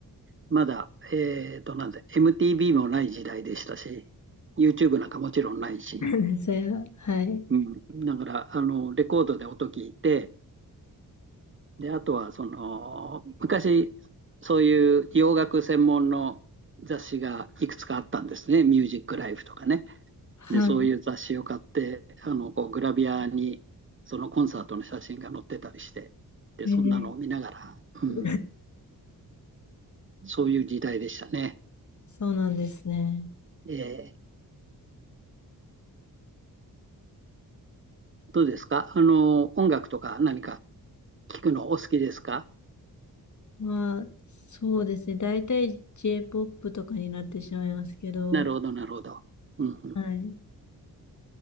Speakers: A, on the right (about 35°); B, on the left (about 50°).
A: まだ、えっと、なんだ、MTV もない時代でしたし、YouTube なんかもちろんないし、
B: <laughs> それは、はい。
A: うん、だから、あの、レコードで音聞いて、で、あとは、その、昔、そういう洋楽専門の雑誌がいくつかあったんですね。ミュージックライフとかね。
B: は
A: で、そういう雑誌を買って、あの、こう、グラビアに、そのコンサートの写真が載ってたりして、で、
B: い。
A: そんなのを見ながら、
B: え
A: うん、
B: ー
A: そういう時代でしたね。
B: <laughs> そうなんですね。
A: えーどうですかあの、音楽とか何か聞くのお好きですか
B: まあ、そうですね。大体 J-POP とかになってしまいますけど、
A: なるほど、なるほど。うんうん、
B: はい。